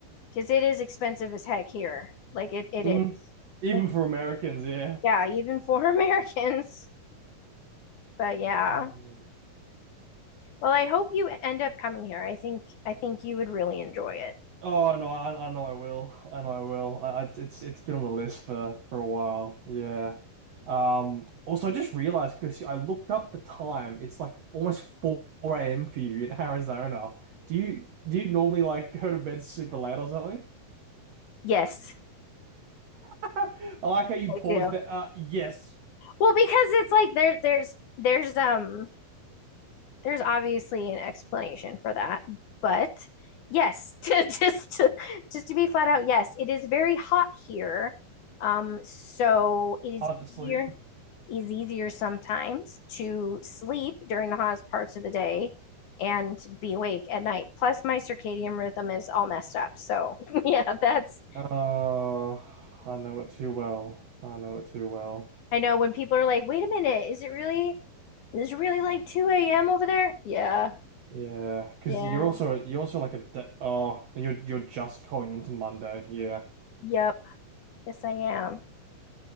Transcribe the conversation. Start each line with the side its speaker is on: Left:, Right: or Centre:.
Left: because it is expensive as heck here. Like it it
Right: hmm
Left: is.
Right: Even
Left: Like,
Right: for Americans, yeah.
Left: yeah, even for <laughs> Americans. But yeah.
Right: Um,
Left: Well, I hope you end up coming here. I think I think you would really enjoy it.
Right: Oh no, I, I know I will. I know I will. I, I- it's it's been on the list for for a while. Yeah. Um. Also, I just realized, Chris, I looked up the time. It's like almost 4 a.m. for you in Arizona. Do you do you normally like go to bed super late or something?
Left: Yes.
Right: I like how
Left: I
Right: you paused
Left: do.
Right: that. Uh, yes,
Left: Well, because it's like there there's there's um there's obviously an explanation for that, but yes, <laughs> to, just to, just to be flat out, yes, it is very hot here. Um, so it is
Right: hard
Left: easier
Right: to sleep.
Left: is easier sometimes to sleep during the hottest parts of the day and be awake at night. Plus, my circadian rhythm is all messed up. So <laughs> yeah, that's
Right: Uh, I know it too well. I know it too well.
Left: I know when people are like, "Wait a minute, is it really is it really like two a.m. over there?" Yeah,
Right: Yeah, because
Left: yeah,
Right: you're also you're also like a de oh you're you're just going into Monday. Yeah.
Left: yep. Yes, I am.